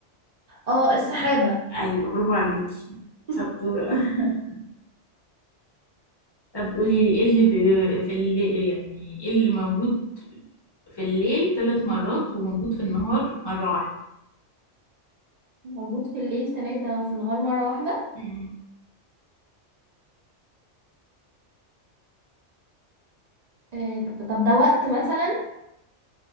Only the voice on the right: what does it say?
اه السحابة
<laughs>
موجود في الليل ثلاثة وفي النهار مرة واحدة
آه ط- طب ده وقت مثلا